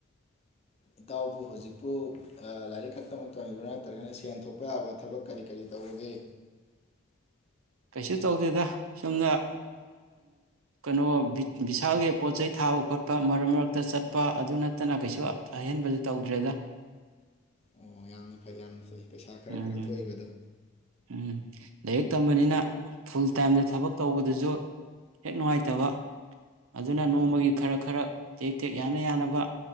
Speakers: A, on the left; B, on the right.
A: ꯏꯇꯥꯎꯕꯨ ꯍꯧꯖꯤꯛꯄꯨ ꯂꯥꯏꯔꯤꯛ ꯈꯛꯇꯃꯛ ꯇꯝꯃꯤꯕ꯭ꯔꯥ ꯅꯠꯇ꯭ꯔꯒꯅ ꯁꯦꯟ ꯊꯣꯛꯄ ꯌꯥꯕ ꯊꯕꯛ ꯀꯔꯤ ꯀꯔꯤ ꯇꯧꯕꯒꯦ
B: ꯀꯩꯁꯨ ꯇꯧꯗꯦꯗ ꯁꯨꯝꯅ ꯀꯩꯅꯣ ꯕꯤꯁꯥꯜꯒꯤ ꯄꯣꯠ ꯆꯩ ꯊꯥꯕ ꯈꯣꯠꯄ ꯃꯔꯛ ꯃꯔꯛꯇ ꯆꯠꯄ ꯑꯗꯨ ꯅꯠꯇꯅ ꯀꯩꯁꯨ ꯑꯍꯦꯟꯕꯗ ꯇꯧꯗ꯭ꯔꯦꯗ
A: ꯑꯣ ꯌꯥꯝꯅ ꯐꯩ ꯌꯥꯝꯅ ꯐꯩ ꯄꯩꯁꯥ ꯈꯔ
B: ꯎꯝ
A: ꯈꯔ ꯊꯣꯛꯏꯕꯗꯣ
B: ꯎꯝ ꯂꯥꯏꯔꯤꯛ ꯇꯝꯕꯅꯤꯅ ꯐꯨꯜ ꯇꯥꯏꯝꯗ ꯊꯕꯛ ꯇꯧꯕꯗꯨꯁꯨ ꯍꯦꯛ ꯅꯨꯡꯉꯥꯏꯇꯕ ꯑꯗꯨꯅ ꯅꯣꯡꯃꯒꯤ ꯈꯔ ꯈꯔ ꯇꯦꯛ ꯇꯦꯛ ꯌꯥꯅ ꯌꯥꯅꯕ